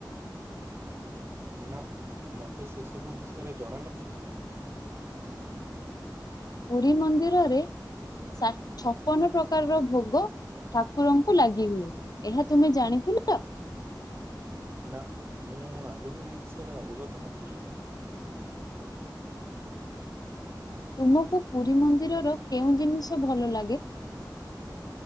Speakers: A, on the right (about 30°); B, on the left (about 55°).
A: ନା ମତେ ସେ ସବୁ ବିଷୟରେ ଜଣା ନାହିଁ।
B: ପୁରୀ ମନ୍ଦିରରେ ଷ ଛପନ ପ୍ରକାରର ଭୋଗ ଠାକୁରଙ୍କୁ ଲାଗି ହୁଏ ଏହା ତୁମେ ଜାଣିଥିଲ?
A: ନା ମୁଁ ଆଗରୁ ଏଇ ବିଷୟରେ ଅବଗତ ନଥିଲି।
B: ତୁମକୁ ପୁରୀ ମନ୍ଦିରର କେଉଁ ଜିନିଷ ଭଲ ଲାଗେ?